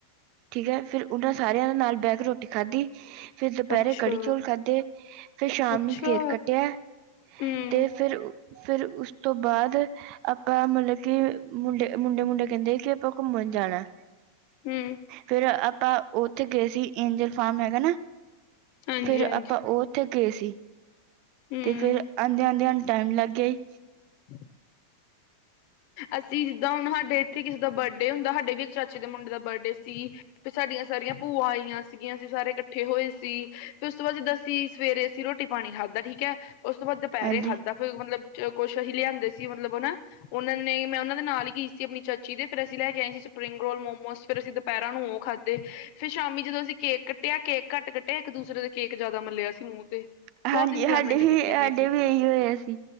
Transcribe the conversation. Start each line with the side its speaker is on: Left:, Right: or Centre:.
Right: ਠੀਕ ਐ, ਫੇਰ ਉਹਨਾਂ ਸਾਰਿਆਂ ਦੇ ਨਾਲ ਬਹਿ ਕੇ ਰੋਟੀ ਖਾਧੀ। ਫਿਰ ਦੁਪਹਿਰੇ
Left: ਅੱਛਾ
Right: ਕੜੀ ਚੌਲ ਖਾਧੇ, ਫੇਰ ਸ਼ਾਮ
Left: ਅੱਛਾ
Right: ਨੂੰ ਕੇਕ ਕੱਟਿਆ।
Left: ਹਮ
Right: ਤੇ ਫਿਰ, ਫੇਰ ਉਸ ਤੋਂ ਬਆਦ ਆਪਾਂ ਮਤਲਬ ਕਿ ਮੁੰਡੇ, ਮੁੰਡੇ-ਮੁੰਡੇ ਕਹਿੰਦੇ ਕਿ ਆਪਾਂ ਘੁੰਮਣ ਜਾਣਾ।
Left: ਹਮ।
Right: ਫੇਰ ਆਪਾਂ ਉੱਥੇ ਗਏ ਸੀ, ਏਂਜਲ ਫਾਰਮ ਹੈਗਾ ਨਾ,
Left: ਹਾਂਜੀ-ਹਾਂਜੀ
Right: ਫੇਰ ਆਪਾਂ ਉਹ ਉੱਥੇ ਗਏ ਸੀ
Left: ਹੂੰ
Right: ਤੇ ਫਿਰ ਆਉਂਦਿਆਂ ਆਉਂਦਿਆਂ ਨੂੰ ਟਾਈਮ ਲੱਗ ਗਿਆ ਹੀ
Left: <inaudible> ਅਸੀਂ ਜਿੱਦਾਂ ਹੁਣ ਸਾਡੇ ਇੱਥੇ ਕਿਸੇ ਦਾ ਬਰਡੇ ਹੁੰਦਾ, ਸਾਡੇ ਵੀ ਇੱਕ ਚਾਚੇ ਦੇ ਮੁੰਡੇ ਦਾ ਬਰਡੇ ਸੀ। ਫਿਰ ਸਾਡੀਆਂ ਸਾਰੀਆਂ ਭੂਆ ਆਈਆਂ ਸੀਗੀਆਂ, ਅਸੀਂ ਸਾਰੇ ਇਕੱਠੇ ਹੋਏ ਸੀ ਫਿਰ ਉਸ ਤੋਂ ਬਾਅਦ ਜਿੱਦਾਂ ਅਸੀਂ ਸਵੇਰੇ ਅਸੀਂ ਰੋਟੀ ਪਾਣੀ ਖਾਧਾ ਠੀਕ ਐ ਉਸ ਤੋਂ ਦੁਪਹਿਰੇ
Right: ਹਾਂਜੀ
Left: ਖਾਧਾ ਫਿਰ ਮਤਲਬ ਕੁੱਛ ਅਸੀ ਲਿਆਦੇ ਸੀ ਮਤਲਬ ਓਨਾ ਉਹਨਾਂ ਨੇ ਮੈਂ ਉਹਨਾਂ ਦੇ ਨਾਲ ਈ ਗਈ ਸੀ ਆਪਣੀ ਚਾਚੀ ਦੇ ਫੇਰ ਅਸੀਂ ਲੈ ਕੇ ਆਏ ਸੀ ਸਪਰਿੰਗ ਰੋਲ, ਮੋਮੋਸ ਅਸੀਂ ਦੁਪਹਿਰਾਂ ਨੂੰ ਉਹ ਖਾ ਫੇਰ ਸ਼ਾਮੀ ਜਦੋਂ ਅਸੀਂ ਕੇਕ ਕੱਟਿਆ- ਕੇਕ ਘੱਟ ਕੱਟਿਆ ਇੱਕ ਦੂਸਰੇ ਦੇ ਕੇਕ ਜ਼ਿਆਦਾ ਮਲਿਆ ਸੀ ਮੂੰਹ ਤੇ
Right: ਹਾਂਜੀ,
Left: ਬਹੁਤ ਇੰਜੋਏਮੈਂਟ
Right: ਸਾਡੇ ਵੀ
Left: ਕੀਤੀ
Right: ਸਾਡੇ
Left: ਸੀ ਅਸੀਂ
Right: ਵੀ ਇਹੀ ਹੋਇਆ ਸੀ।